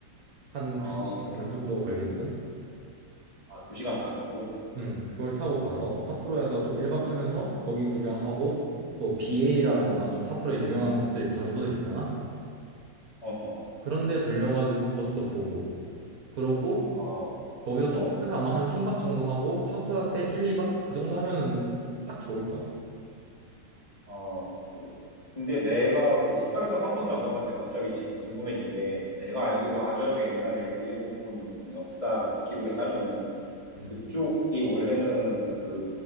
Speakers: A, on the right; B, on the left.
A: 한
B: 아,
A: 2시간
B: 그래?
A: 반 정도 걸리거든.
B: 아, 2시간 반 정도?
A: 음,
B: 어.
A: 그걸 타고 가서 삿포로에서 또 1박 하면서 거기 구경하고 뭐 비에이라던가
B: 음.
A: 좀 삿포로 유명한 곳들 장소들 있잖아.
B: 어, 어.
A: 그런데 들려가지고 그것도 보고 그러고
B: 어,
A: 거기서 삿포로에서
B: 어.
A: 아마 한 3박 정도 하고 하코다테 1, 2박 그 정도 하면은 딱 좋을 거야.
B: 아, 그래. 근데 내가 그 홋카이도를 한 번도 안 가봤는데 갑자기 지금 궁금해진 게 내가 알기로 아주아주 옛날에 그 일본 그 역사 기록에 따르면은
A: 음.
B: 그쪽이 원래는 그